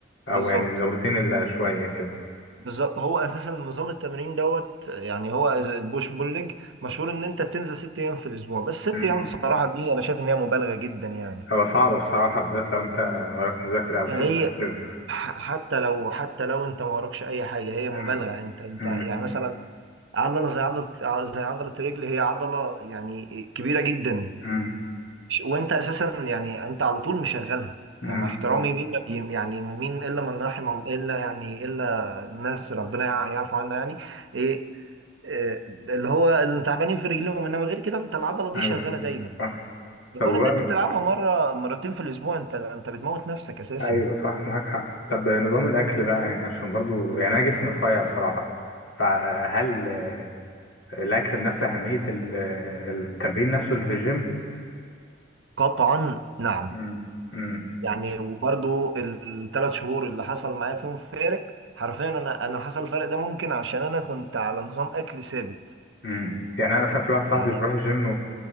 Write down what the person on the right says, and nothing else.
بالظبط
بالظبط هو اساسا نظام التمرين دوت يعني هو البوش بول ليج مشهور ان انت بتنزل ست ايام في الاسبوع بس ست
ايام بصراحه دي انا شايف ان هي مبالغه جدا يعني
هي
ح- حتى لو حتى لو انت ما وراكش اي حاجه هي
مبالغه انت انت
يعني مثلا عضله زي عضله زي عضله الرجل هي عضله يعني كبيره جدا
ش- وانت اساسا يعني انت على طول مشغلها
يعني مع احترامي مين ما بي- يعني مين الا من رحم الله- الا يعني الا الناس ربنا يع- يعرف عنها يعني ايه إيه، اللي هو اللي تعبانين في رجليهم انما غير كده انت العضله دي
شغاله دايما
يكون
ان انت تلعبها مره مرتين في الاسبوع انت انت بتموت نفسك اساسا
قطعا نعم
يعني وبرضو الثلاث شهور اللي حصل معايا فيهم فارق حرفيا انا انا حصل الفرق ده ممكن عشان انا كنت على نظام اكل ثابت
يعني